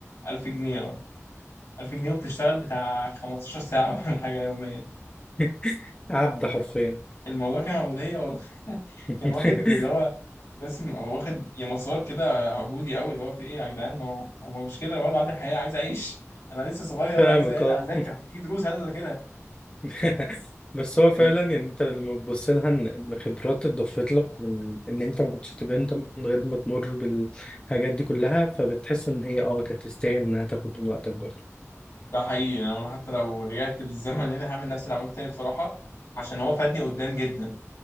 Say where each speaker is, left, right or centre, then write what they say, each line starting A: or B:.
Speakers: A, on the left; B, on the left.
A: 1000 جنيه اه 1000 جنيه وبتشتغل بتاع 15 ساعه <laughs> ولا حاجه يوميا
B: <laughs> عبد حرفيا
A: الموضوع كان عبودية والله <laughs>
B: <laughs>
A: كان واخد اللي هو اسم هو واخد يا مسار كده عبودي قوي اللي هو في ايه يا جدعان ما هو ما هو مش كده انا برضه عندي حياة عايز اعيش انا لسه صغير
B: فاهمك
A: عايز انا
B: اه
A: اذاكر في دروس عايز اذاكرها
B: <laughs> بس هو فعلا
A: أم-
B: يعني انت لما تبص لها ان إن خبرات اتضافت لك من ان انت ما كنتش تبقى انت من غير ما تمر بالحاجات دي كلها فبتحس ان هي اه كانت تستاهل انها تاخد من وقتك برضه
A: ده حقيقي يعني انا حتى لو رجعت بالزمن يعني هعمل نفس اللي عملته تاني بصراحة عشان هو فادني قدام جدا